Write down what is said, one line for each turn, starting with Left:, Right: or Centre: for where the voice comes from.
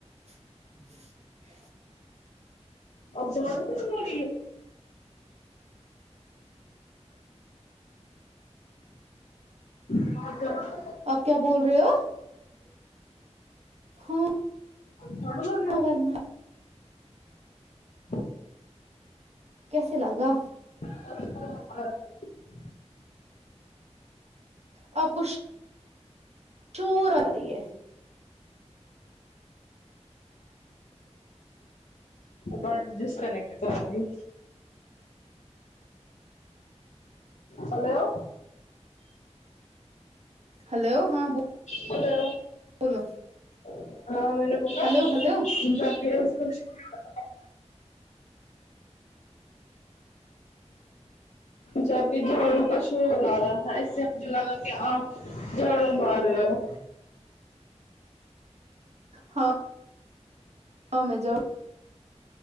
Right: <inaudible>
Left: اور ج تو تو مریی <inaudible>
Right: آپ کیا بول رہے ہو <inaudible>
Left: چوڑو گ
Right: ورنہ
Left: <inaudible>
Right: کیسے لگا
Left: <unintelligible>
Right: اور کچھ چور آ رہی ہے
Left: ب ڈسکنیکٹ کروں گی ہیلو
Right: ہلو ہاں ب
Left: ہیلو
Right: بولو
Left: <unintelligible>
Right: ہلو ہلو
Left: جب کہ جاڑو کاش آ رہا ای سے مجھ لگا کہ آ جاڈو مار رہے ہو
Right: ہاں ہاں میں جاڈو